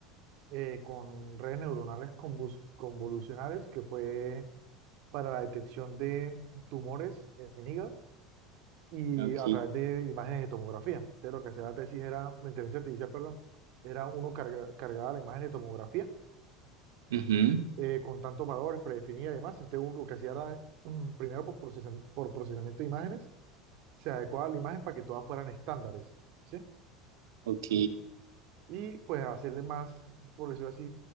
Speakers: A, on the right (about 55°); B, on the right (about 70°).
A: eh, con redes neuronales convus- convolucionales, que fue para la detección de tumores en en hígado y
B: Ok,
A: a través de imágenes de tomografía. De lo que hacía la tesis era, la inteligencia artificial, perdón, era uno carga- cargaba la imagen de tomografía
B: ujú,
A: eh, con tantos valores predefinidos y demás. Entonces, uno lo que hacía era, mm, primero por, procesan- por procesamiento de imágenes, se adecuaba la imagen para que todas fueran estándares, ¿sí?
B: ok,
A: Y pues hacerle más, por decirlo así,